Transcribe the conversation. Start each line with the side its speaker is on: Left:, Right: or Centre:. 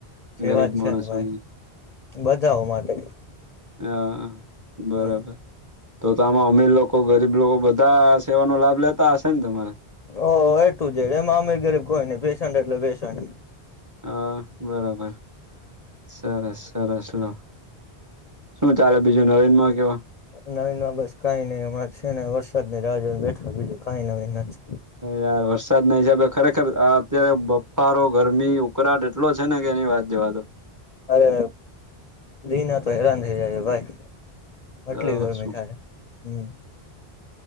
Left: સેવા
Right: ગરીબ
Left: જ
Right: માણસોની
Left: છે ને ભાઈ બધાઓ માટે
Right: હા બરોબર
Left: હમ
Right: તો તો આમાં અમીર લોકો ગરીબ લોકો બધા સેવાનો લાભ લેતા હશે ને તમારે
Left: ઓ એટું જ એ અમ ગરીબ કોઈ નઈ પેશન્ટ એટલે પેશન્ટ
Right: હા બરોબર સરસ સરસ ચલો શું ચાલે બીજું નવીન માં કેવા
Left: નવી ન બસ કઈ નઈ હમણાં છે ને વરસાદ ન રાજહને બેઠા બીજું કઈ નવી નથી
Right: યાર વરસાદ ના હિસાબે ખરેખર આ અત્યારે બફારો ગરમી ઉકળાટ કેટલો છે ને કે એની વાત જવા દો
Left: અરે લી ના તો હેરાન થઇ જાય ભાઈ આટલી
Right: તો
Left: ગરમી
Right: શું
Left: ખાય હમ